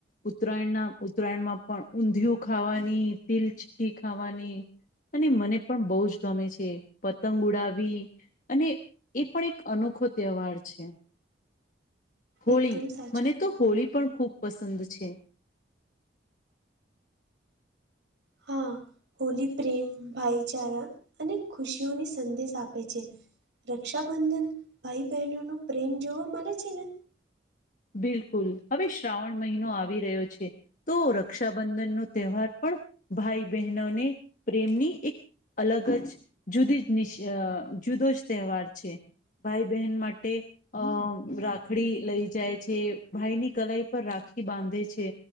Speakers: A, on the left; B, on the right.
A: ઉત્તરાયણના ઉત્તરાયણમાં પણ ઊંધિય ખાવાની તિલચીકી ખાવાની અને મને પણ બહુ જ ગમે છે પતંગ ઉડાવી અને એ પણ એક અનોખો તહેવાર છે. હોળી
B: એકદમ સાચું
A: મને
B: કયું
A: તો
B: તમે
A: હોળી પણ ખૂબ પસંદ છે.
B: હા હોલી પ્રેમ ભાઈચારા અને ખુશીઓની સંદેશ આપે છે. રક્ષાબંધન ભાઈ બહેનો ન પ્રેમ જોવા મળે છેને.
A: બિલકુલ હવે શ્રાવણ મહિનો આવી રહ્યો છે. તો રક્ષાબંધન નો તહેવાર પણ ભાઈ બહેનોને પ્રેમની એક અલગ જ જુદી જ જુદો જ તહેવાર છે. ભાઈ બહેન માટે અ રાખડી લઈ જાય. છે ભાઈ ની કલાઈ પર રાખી બાંધે છે,